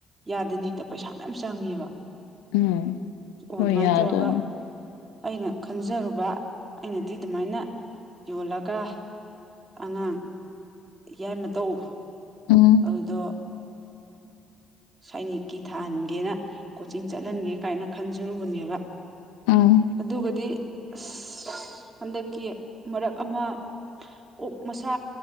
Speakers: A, on the right (about 30°); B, on the left (about 90°).
A: ꯌꯥꯗꯅ ꯍꯦꯛꯇ ꯄꯩꯁꯥ ꯃꯌꯥꯝ ꯆꯪꯉꯦꯕ
B: ꯎꯝ
A: ꯑꯣ
B: ꯍꯣꯏ
A: ꯑꯗꯨꯃꯥꯏꯅ
B: ꯌꯥꯗꯕꯅꯤ
A: ꯇꯧꯔꯒ ꯑꯩꯅ ꯈꯟꯖꯔꯨꯕ ꯑꯩꯅꯗꯤ ꯑꯗꯨꯃꯥꯏꯅ ꯌꯣꯜꯂꯒ ꯑꯉꯥꯡ ꯌꯥꯏꯃ ꯇꯧ
B: ꯑꯣ
A: ꯑꯗꯨꯗ ꯁꯥꯏꯅꯤꯛꯀꯤ ꯊꯥꯍꯟꯒꯦꯅ ꯀꯣꯆꯤꯡ ꯆꯠꯍꯟꯒꯦ ꯀꯥꯏꯅ ꯈꯟꯖꯔꯨꯕꯅꯦꯕ
B: ꯎꯝ
A: ꯑꯗꯨꯒꯗꯤ ꯑꯁ ꯍꯟꯗꯛꯀꯤ ꯃꯔꯛ ꯑꯃ ꯑꯣꯛ ꯃꯁꯥ